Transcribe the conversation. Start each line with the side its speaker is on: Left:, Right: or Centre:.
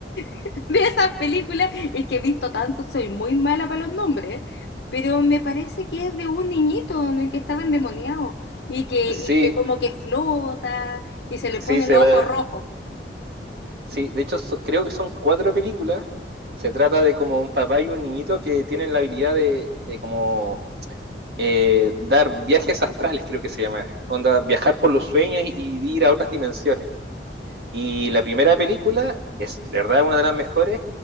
Left: <laughs> de esas películas. Es que he visto tanto, soy muy mala para los nombres, pero me parece que es de un niñito en el que estaba endemoniado y que, y
Right: Sí,
Left: que como que flota y se le
Right: sí,
Left: ponen
Right: se
Left: los
Right: va.
Left: ojos rojos.
Right: Sí, de hecho, so- creo que son cuatro películas. Se trata de como un papá y un niñito que tienen la habilidad de, de como eh, dar viajes astrales, creo que se llama. Onda, viajar por los sueños y, y ir a otras dimensiones. Y la primera película es, de verdad, una de las mejores.